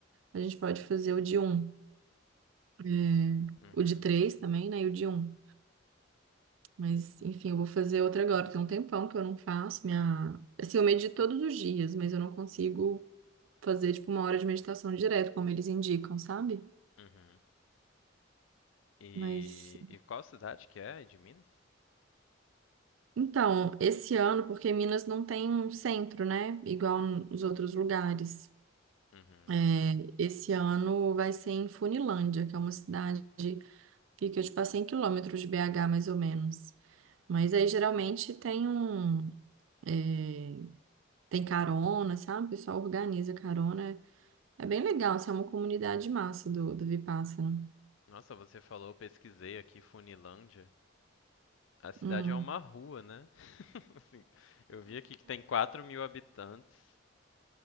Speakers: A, on the right; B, on the left.
A: a gente pode fazer o de um. É,
B: Uhum.
A: o de três também, né? E o de um. Mas, enfim, eu vou fazer outra agora. Tem um tempão que eu não faço. Minha... Assim, eu medito todos os dias, mas eu não consigo fazer, tipo, uma hora de meditação direto, como eles indicam, sabe?
B: Uhum. E,
A: Mas,
B: e qual cidade que é de Minas?
A: então, esse ano, porque Minas não tem um centro, né? Igual nos outros lugares.
B: Uhum.
A: É, esse ano vai ser em Funilândia, que é uma cidade que fica, tipo, a 100 quilômetros de BH, mais ou menos. Mas aí, geralmente, tem um... é, Tem carona, sabe? O pessoal organiza carona. É é bem legal, assim, é uma comunidade massa do, do Vipassana.
B: Nossa, você falou, eu pesquisei aqui Funilândia. A cidade
A: Hum.
B: é uma rua, né? <laughs> Assim, eu vi aqui que tem quatro mil habitantes